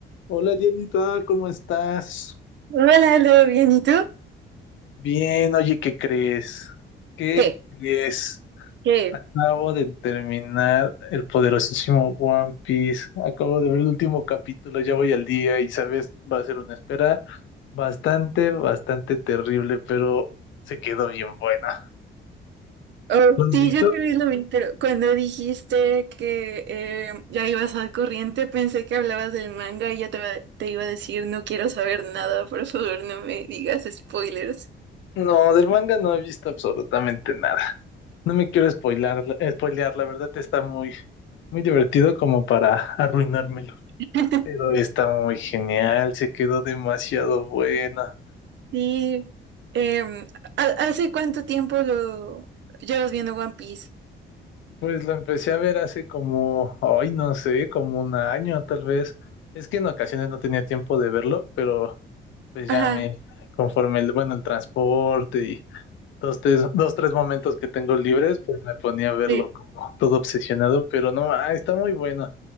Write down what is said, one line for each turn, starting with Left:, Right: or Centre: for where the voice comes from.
Left: Hola Dianita, ¿cómo estás?
Right: Hola, ¿lo bien? ¿Y tú?
Left: Bien, oye, ¿qué crees? ¿Qué
Right: ¿Qué?
Left: crees?
Right: ¿Qué?
Left: Acabo de terminar el poderosísimo One Piece. Acabo de ver el último capítulo, ya voy al día y sabes, va a ser una espera bastante, bastante terrible, pero se quedó bien buena.
Right: Oh,
Left: ¿Lo has
Right: sí,
Left: visto?
Right: yo también lo vi, pero cuando dijiste que eh, ya ibas al corriente, pensé que hablabas del manga y ya te, va- te iba a decir, no quiero saber nada, por favor, no me digas spoilers.
Left: No, del manga no he visto absolutamente nada. No me quiero spoilar, eh, spoilear, la verdad está muy, muy divertido como para arruinármelo.
Right: <laughs>
Left: Pero está muy genial, se quedó demasiado buena.
Right: Sí, em, ¿ha- ¿hace cuánto tiempo lo llevas viendo One Piece?
Left: Pues la empecé a ver hace como, ay, no sé, como un año tal vez. Es que en ocasiones no tenía tiempo de verlo, pero pues
Right: Ajá,
Left: ya me, conforme el, bueno, el transporte y dos, tres, dos, tres momentos que tengo libres, pues me ponía a verlo
Right: sí.
Left: como todo obsesionado, pero no, ah, está muy bueno.